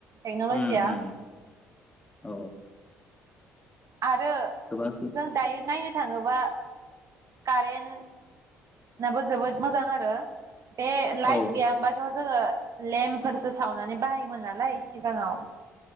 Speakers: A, on the right; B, on the left.
A: टेक्न'लजिया
B: उम उम औ
A: आरो
B: गोबां
A: जों दायो नायनो थाङोबा कारेन्ट नाबो जोबोद मोजां आरो बे लाइट
B: औ
A: गैयामोबा थ जों जोङो लेम्पफोरसो सावनानै बाहायोमोन नालाय सिगाङाव